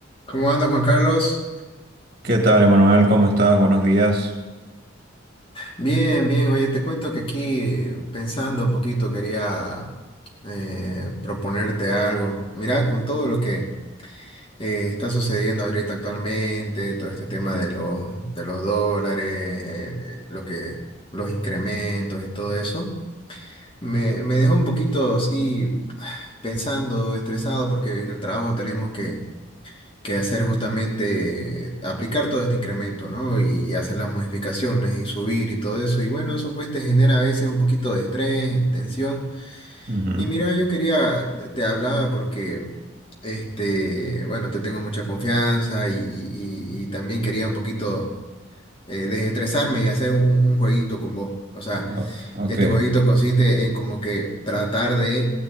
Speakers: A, on the left; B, on the right.
A: ¿Cómo anda Juan Carlos?
B: ¿Qué tal, Emanuel? ¿Cómo estás? Buenos días.
A: Bien, bien. Oye, te cuento que aquí eh, pensando un poquito quería eh, proponerte algo. Mira, con todo lo que eh, está sucediendo ahorita actualmente, todo este tema de los, de los dólares, el- el- lo que, los incrementos y todo eso, me, me dejó un poquito así <sighs> pensando, estresado, porque en el trabajo tenemos que que hacer justamente aplicar todo este incremento, ¿no? Y, hacer las modificaciones y subir y todo eso. Y bueno, eso pues te genera a veces un poquito de estrés, tensión.
B: Ujú,
A: Y mira, yo quería, te te hablaba porque, este, bueno, te tengo mucha confianza y, y- y- y también quería un poquito eh, desestresarme y hacer un, un jueguito con vos. O sea,
B: Oh, ok.
A: este jueguito consiste en como que tratar de...